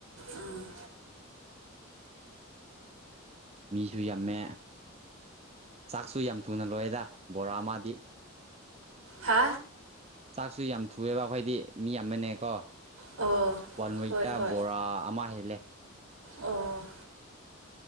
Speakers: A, on the right (about 75°); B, on the right (about 30°).
A: ꯎꯝ
B: ꯃꯤꯁꯨ ꯌꯥꯝꯃꯦ ꯆꯥꯛꯁꯨ ꯌꯥꯝ ꯊꯨꯅ ꯂꯣꯏꯑꯦꯗ ꯕꯣꯔꯥ ꯑꯃꯥ
A: ꯍꯥ
B: ꯆꯥꯛꯁꯨ ꯌꯥꯝ ꯊꯨꯌ‌ꯦꯕ ꯑꯩꯈꯣꯏꯗꯤ ꯃꯤ ꯌꯥꯝ ꯑꯃꯅꯦꯀꯣ
A: ꯑꯣ
B: ꯋꯥꯟ ꯋꯤꯛꯇ
A: ꯍꯣꯏ ꯍꯣꯏ
B: ꯕꯣꯔꯥ ꯑꯃ ꯍꯦꯜꯂꯦ
A: ꯑꯣ